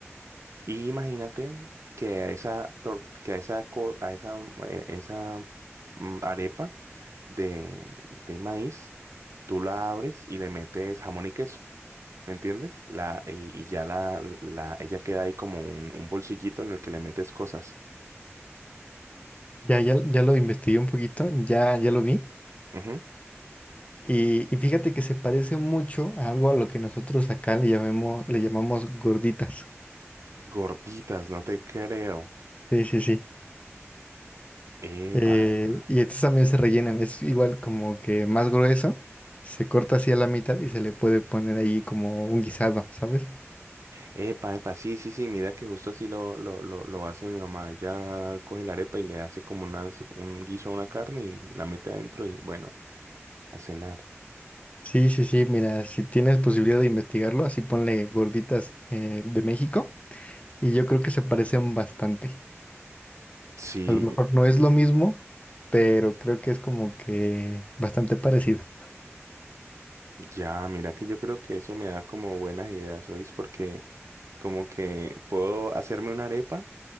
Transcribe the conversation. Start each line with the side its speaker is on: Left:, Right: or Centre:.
Right: Y imagínate que a esa, tor- que a esa, co- a esa, mm, eh, esa mm, arepa de, de maíz, tú la abres y le metes jamón y queso. ¿Me entiendes? La, y, y ya la, la, ella queda ahí como un, un bolsillito en el que le metes cosas.
Left: Ya, ya, ya lo investigué un poquito, ya, ya lo vi.
Right: Ujú.
Left: Y, y fíjate que se parece mucho a algo a lo que nosotros acá le llamemos, le llamamos gorditas.
Right: Gorditas, no te creo.
Left: Sí, sí, sí.
Right: Epa,
Left: Eh,
Right: epa.
Left: y estos también se rellenan, es igual como que más grueso, se corta así a la mitad y se le puede poner ahí como un guisado, ¿sabes?
Right: Epa, epa, sí, sí, sí, mira que justo así lo, lo, lo, lo hace mi mamá. Ella coge la arepa y le hace como unas, un guiso a una carne y la mete adentro y bueno, a cenar.
Left: Sí, sí, sí, mira, si tienes posibilidad de investigarlo, así ponle gorditas eh, de México y yo creo que se parecen bastante.
Right: Sí,
Left: A lo mejor
Right: yo,
Left: no es lo mismo, pero creo que es como que bastante parecido.
Right: ya, mira que yo creo que eso me da como buenas ideas, ¿oís? Porque como que puedo hacerme una arepa.